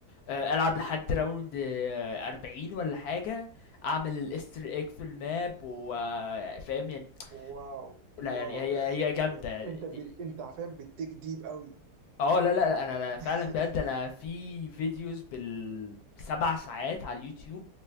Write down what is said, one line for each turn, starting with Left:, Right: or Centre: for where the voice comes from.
Left: آه العب لحد راوند آه 40 ولا حاجه اعمل الاستر ايج في الماب وفاهم يعني
Right: واو
Left: لا
Right: واو
Left: يعني هي
Right: يعني
Left: هي جامده
Right: إيه-
Left: دي-
Right: انت ب... انت عارفين بتديك ديب قوي
Left: اه لا لا لا انا انا فعلا
Right: <laughs>
Left: بجد انا في فيديوز بالسبع ساعات على اليوتيوب